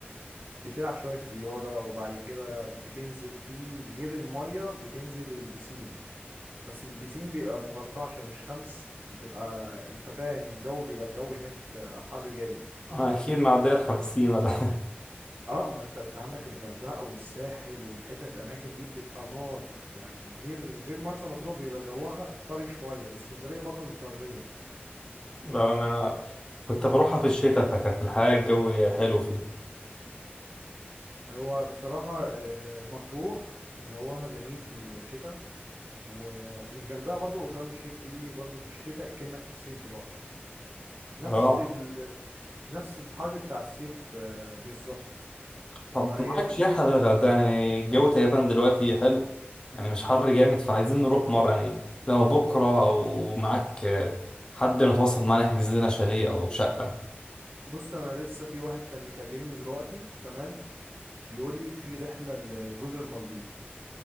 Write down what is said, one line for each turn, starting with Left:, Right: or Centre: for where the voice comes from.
Right: بتلعب شويه رياضه وبعد كده بتنزل في غير الميه بتنزل البسين بس البسين بيبقى مغطى عشان الشمس بتبقى انت فاهم الجو بيبقى الجو هناك آه، حر جامد
Left: أكيد معدية الخمسين ولا <laughs>
Right: اه ما انت انت عندك الغردقه والساحل والحتت الاماكن دي بتبقى نار يعني غير غير مرسى مطروح بيبقى جوها طري شويه واسكندريه برضو مطريه
Left: لا أنا كنت بروحها في الشتاء فكانت الحياة الجو حلو فيها
Right: هو بصراحه آه، مطروح جوها جميل في الشتاء والغردقه برضو وشرم الشيخ دي برضو في الشتاء كأنك في الصيف دلوقتي نفس
Left: اه
Right: ال... نفس الحر بتاع الصيف آه، بالظبط
Left: طب
Right: فهي
Left: معاك
Right: م-
Left: شيح على الغردقة يعني الجو تقريبا دلوقتي حلو يعني مش حر جامد فعايزين نروح مرة يعني لو بكرة أو معاك آه، حد متواصل معانا يحجز لنا شاليه أو شقة
Right: بص انا لسه في واحد كان مكلمني دلوقتي تمام بيقول لي في رحله لجزر المالديف